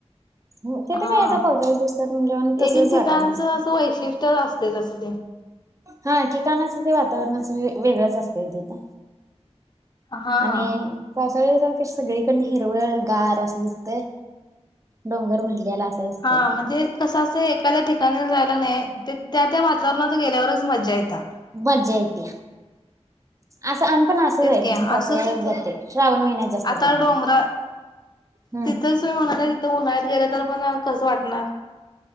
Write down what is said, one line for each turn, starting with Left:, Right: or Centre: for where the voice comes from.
Right: तिथे
Left: हा
Right: काय आता पावसाळी दिवसात म्हणजे तसच
Left: एक एक ठिकाणचं
Right: वातावरण असत
Left: असं वैशिष्ट्य असते तसं ते
Right: हा ठिकाणाच ते वातावरणच वेगळांच असत तथ
Left: हा
Right: आणि कस का <inaudible> सगळीकड हिरवळ गार असं दिसतय डोंगर भरलेला असा दिसतय
Left: हा म्हणजे कसं एखाद्या ठिकाणी राहिला नाही ते त्या त्या वातावरणाात गेल्यावरच खू मजाेतता
Right: मज्जा येत असं पण असंच
Left: तेच
Right: आहे
Left: की
Right: नाही
Left: असंच
Right: पासळ
Left: इथ
Right: जाते श्रावण महिन्यात जास्त
Left: आता
Right: प्रमाणात
Left: डोंगरा
Right: हम्म
Left: तिथंच मी म्हणाले उन्हाळ्यात गेले तर पण कस वाटणार